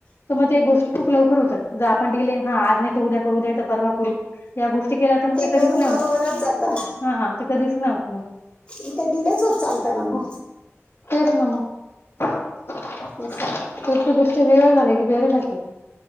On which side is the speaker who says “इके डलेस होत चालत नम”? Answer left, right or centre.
Left